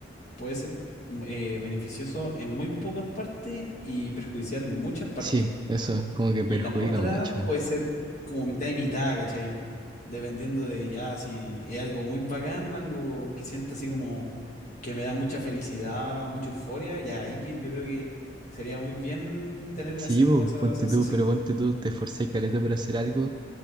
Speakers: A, on the left; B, on the right.
A: puede ser mm, eh, beneficioso en muy pocas partes y perjudicial en muchas partes.
B: Sí, eso, como que
A: Y
B: perjudica
A: la otra
B: mucho.
A: puede ser como mitad y mitad, ¿cachai? Dependiendo de ya si es algo muy bacán, algo que siento así como que me da mucha felicidad, mucha euforia, y ahí que- yo creo que sería muy bien tener
B: Sí,
A: así
B: po,
A: como esa
B: ponte
A: sensación.
B: tú, pero ponte tú, te esforzás caleta por hacer algo